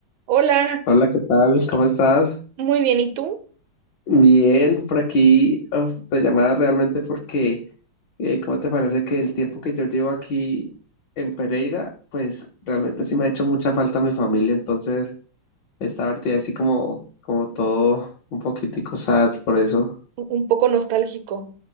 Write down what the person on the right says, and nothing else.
Hola,
muy bien, ¿y tú?
Un un poco nostálgico.